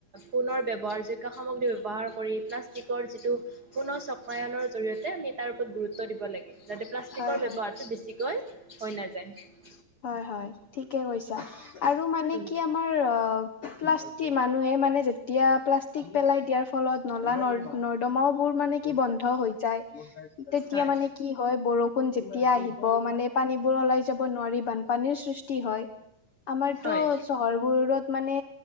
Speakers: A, on the right; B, on the left.
A: পুনৰ ব্যৱহাৰ যোগ্য সামগ্ৰী ব্যৱহাৰ কৰি প্লাষ্টিকৰ যিটো পুনৰ চকায়নৰ জৰিয়তে আমি তাৰ ওপৰত গুৰুত্ব দিব লাগে যাতে প্লাষ্টিকৰ
B: হয় হয়
A: ব্যৱহাৰটো বেছিকৈ হৈ নাযায়।
B: হয় হয় ঠিকে কৈছা আৰু মানে
A: উম
B: কি আমাৰ প্লাষ্টিক মানুহে মানে যেতিয়া প্লাষ্টিক পেলাই দিয়াৰ ফলত নলা নদ নৰ্দমাও বোৰ মানে কি বন্ধ হৈ যায় তেতিয়া
A: হয়
B: মানে কি হয় বৰষুণ যেতিয়া আহি মানে পানীবোৰ ওলাই যাব নোৱাৰিব বানপানীৰ সৃষ্টি হয় আমাৰতো
A: হয়
B: চহৰবোৰত মানে